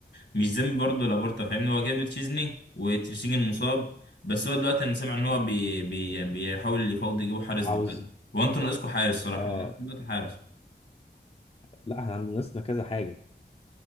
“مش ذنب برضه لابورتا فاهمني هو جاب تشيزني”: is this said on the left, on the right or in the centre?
Left